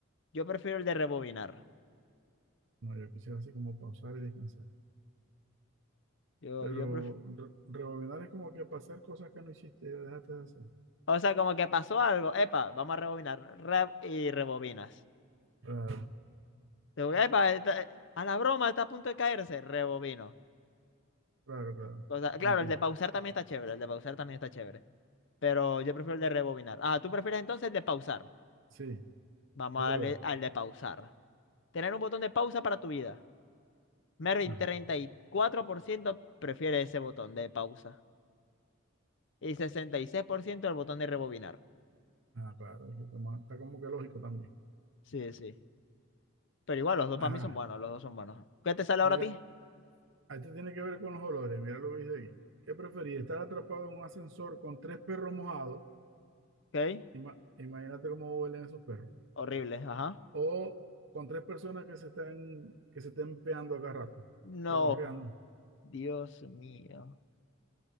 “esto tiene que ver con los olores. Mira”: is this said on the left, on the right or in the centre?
Right